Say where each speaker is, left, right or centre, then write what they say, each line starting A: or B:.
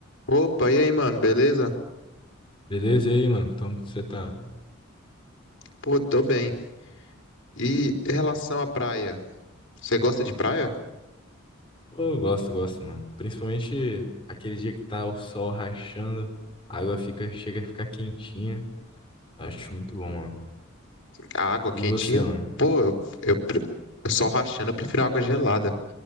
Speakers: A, on the left; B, on the left.
A: Opa, e aí, mano, beleza?
B: Beleza? E aí, mano? Como você tá?
A: Pô, tô bem. E em relação à praia, você gosta de praia?
B: Pô, eu gosto, gosto, mano. Principalmente aquele dia que tá o sol rachando, a água fica, chega a ficar quentinha. Acho muito bom, mano.
A: A água quentinha?
B: E você, mano?
A: Pô, eu, eu, pre- eu só rachando, eu prefiro água gelada.